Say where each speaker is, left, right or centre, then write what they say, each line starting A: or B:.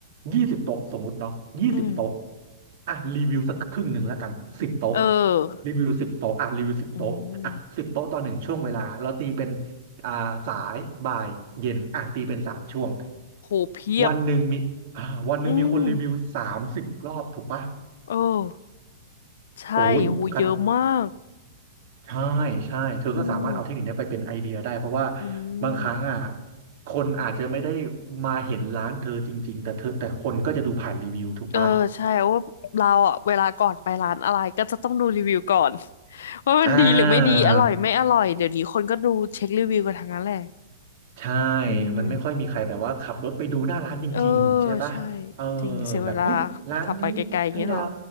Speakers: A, on the right (about 40°); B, on the left (about 55°).
A: ยี่สิบโต๊ะสมมุติเนาะยี่สิบโต๊ะ
B: อืม
A: อ่ะรีวิวสักครึ่งหนึ่งแล้วกันสิบโต๊ะ
B: เออ
A: รีวิวสิบโต๊ะอ่ะรีวิวสิบโต๊ะอ่ะสิบโต๊ะต่อหนึ่งช่วงเวลาเราตีเป็น
B: อืม
A: อ่าสายบ่ายเย็นอ่ะตีเป็นสามช่วง
B: โหเพียบ
A: วันหนึ่งมีอ่าวันหนึ่งมีคนรีวิวสามสิบรอบถูกปะ
B: อืมเออใช่โหเยอะมาก
A: โอ้ยกัน ใช่ใช่เธอก็สามารถเอาเทคนิคเนี้ยไปเป็นไอเดียได้เพราะว่า
B: อืมอืม
A: บางครั้งอ่ะคนอาจจะไม่ได้มาเห็นร้านเธอจริงๆแต่เธอแต่คนก็จะดูผ่านรีวิวถูกปะ
B: เออใช่ว่าเราอ่ะเวลาก่อนไปร้านอะไรก็จะต้องดูรีวิวก่อน <laughs> ว่ามันดีหรือไม่ดีอร่อยไม่อร่อยเดี๋ยวนี้คนก็ดูเช็ครีวิวกันทั้งนั้นแหละ
A: อ่าใช่
B: อืม
A: มันไม่ค่อยมีใครแบบว่าขับรถไปดูหน้าร้านจริงๆใช่ปะเออ
B: เออใช่จริงเสียเวลา
A: แบบเฮ้ยร้านนี้ให้ดาว
B: ขับไปไกลๆอย่างนี้หรอ